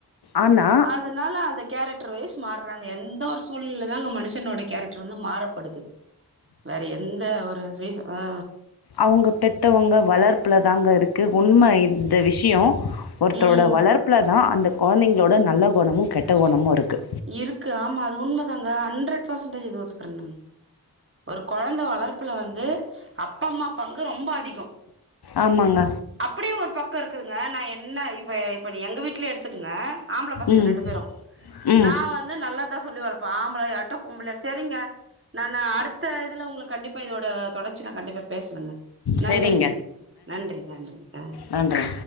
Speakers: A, on the left (about 70°); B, on the right (about 30°).
A: ஆனா
B: அதனால அந்த கேரக்டர் வைஸ் மாறுறாங்க எந்த ஒரு சூழ்நிலதாங்க மனுஷனோட கேரக்டர் வந்து மாறப்படுது. வேற எந்த ஒரு சுய ச ஆ
A: அவுங்க பெத்தவங்க வளர்ப்புலதாங்க இருக்கு உண்ம இந்த விஷியோ ஒருத்தரோட
B: ம்
A: வளர்ப்புலதா அந்த கொழந்தைங்களோட நல்ல குணமு கெட்ட குணமு இருக்கு
B: இருக்கு ஆமா அது உண்மதாங்க ஹண்ட்ரட் பெர்சன்டேஜ் இது ஒத்துக்கற நானு ஒரு கொழந்த வளர்ப்புல வந்து அப்பா அம்மா பங்கு ரொம்ப அதி
A: ஆமாங்க
B: அப்படியு ஒரு பக்கோ இருக்குதுங்க நா என்ன இப்போ இப்போ நீ எங்க வீட்லயே எடுத்துக்கங்க ஆம்பள பசங்க
A: ம்
B: ரெண்டு பேரு
A: ம்
B: நா வந்து நல்லதா சொல்லி வளப்ப ஆம்பளயாட்டு பொம்பள செரிங்க நா அடு த்த இதுல உங்களுக்கு கண்டிப்பா இதோட தொடர்ச்சி நா கண்டிப்பா பேசணுங்க
A: சரிங்க
B: நன்றிங்க நன்றி நன்றி ஆ
A: நன்றி